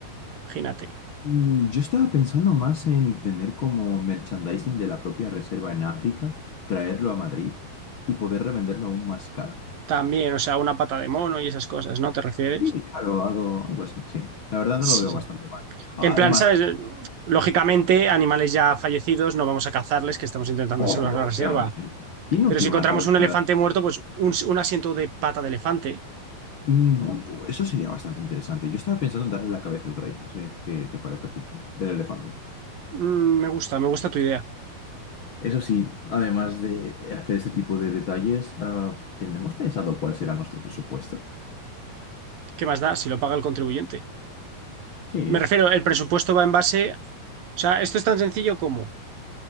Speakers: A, on the right (about 65°); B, on the left (about 55°).
A: imagínate.
B: Mm, Yo estaba pensando más en tener como merchandising de la propia reserva en África, traerlo a Madrid y poder revenderlo aún más caro.
A: También, o sea, una pata de mono y esas cosas, ¿no? ¿Te refieres?
B: Sí, claro, algo, algo así, sí. La verdad
A: Sí.
B: no lo veo bastante mal. Además,
A: En plan, ¿sabes? Lógicamente, animales ya fallecidos no vamos a cazarles, que estamos intentando
B: oh,
A: salvar la reserva.
B: obviamente, ¿quién no
A: Pero
B: quiere
A: si encontramos
B: una cabeza?
A: un elefante muerto, pues un, un asiento de pata de elefante.
B: Mm, oh, eso sería bastante interesante. Yo estaba pensando en darle la cabeza al rey, no sé qué te parece a ti, del elefante.
A: Mm, me gusta, me gusta tu idea.
B: Eso sí, además de hacer este tipo de detalles, ah, ¿tenemos pensado cuál será nuestro presupuesto?
A: ¿Qué más da si lo paga el contribuyente?
B: Sí,
A: Me refiero, el presupuesto va en base. O sea, esto es tan sencillo como